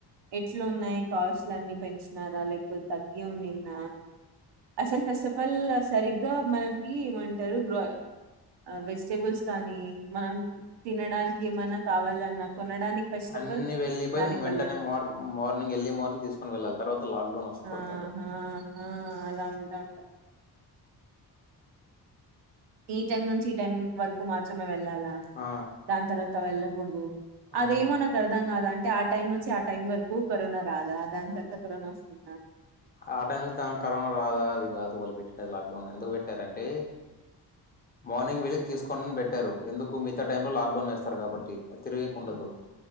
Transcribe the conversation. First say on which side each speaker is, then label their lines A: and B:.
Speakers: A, on the right (about 80°); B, on the left (about 25°).
A: ఎట్లు ఉన్నాయి కాస్ట్లు అన్ని పెంచినారా లేకు తగ్గి ఉ నిన్న అసలు ఫస్ట్ ఆఫ్ ఆల్ సరిగ్గా మనకి ఏమంటారు ఆ గ్రో వెజ్ బుల్స్ కానీ మనం తినడానికి ఏమన్నా కావాలన్నా కొనడానికి ఫస్ట్
B: అన్ని
A: ఆఫ్ ఆల్
B: వెళ్లిపోయి
A: దానికి
B: వెంటనే
A: వల్లే
B: మార్ మార్నింగ్ వెళ్ళి మార్నింగ్ తీసుకొని వెళ్ళాలి తర్వాత లాక్డౌన్ వష్టపడుతుండ
A: ఆ ఆ ఆ అలా ఉంటా ఉండ ఈ టైమ్ నుంచి ఈ టైం వరకు మాత్రమే వెళ్ళాల్ లా
B: ఆ!
A: దాని త తవ ఎలా కుడదు
B: అవునండి.
A: అదేమో నాకు అర్దం గాదు అంట అంటే ఆ టైం నుంచి ఆ టైం వరకు కరోనా రాదా దాని తర్వాత కరోనా వస్తుందా
B: ఆ టైం ను దానికి కరోనా రాదా అది కాదు వాళ్ళు పెట్టిన లాక్డౌన్ ఎందుకు పెట్టారంటే మార్నింగ్ వెళ్ళి తీసుకోనిడిని పెట్టారు ఎందుకు మిగతా టై లో లాక్డౌన్ వేస్తారు కాబట్టి తిరగకు ఉండదు